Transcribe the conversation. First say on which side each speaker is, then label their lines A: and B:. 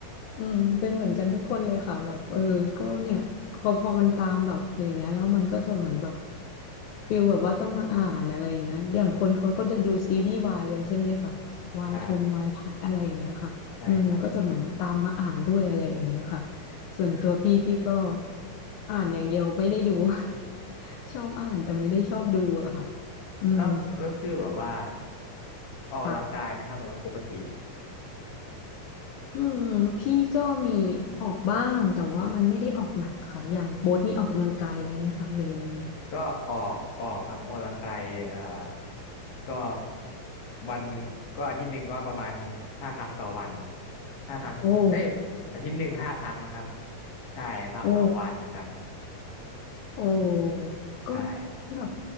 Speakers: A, on the left; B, on the left.
A: อืมเป็นเหมือนกันทุกคนเลยค่ะแบบเออก็เนี่ยพอพอมันตามแบบอย่างเงี้ยแล้วมันก็จะเหมือนแบบฟิลแบบว่าต้องมาอ่านอะไรอย่างเงี้ยอย่างคนเขาก็จะดูซีรีส์วายกันใช่ไหมค่ะวายทงวายไทยอะไรอย่างเงี้ยค่ะอืมก็จะเหมือนตามมาอ่านด้วยอะไรอย่างเงี้ยค่ะ
B: ใช่ใช่ครับ
A: ส่วนตัวพี่พี่ก็อ่านอย่างเดียวไม่ได้ดู <laughs> ชอบอ่านแต่ไม่ได้ชอบดูอะค่ะอืม
B: แล้วแล้วคือแบบว่าออกกำลังกายไหมครับแบบว่าปกติ
A: ค่ะ อืมพี่ก็มีออกบ้างแต่ว่ามันไม่ได้ออกหนักค่ะอย่างโบ๊ทนี่ออกกำลังกายเลยนะคะหรือยังไง
B: ก็ออกออกครับออกกำลังกายเอ่อก็วันก็อาทิตย์หนึ่งก็ประมาณห้าครั้งต่อวันห้าครั้งเอ้ยอาทิตย์หนึ่งห้าครั้งครับ
A: โอ้
B: ใช่พักสองวันครับ
A: โอ้โอ้ก็
B: ใช่
A: แบบ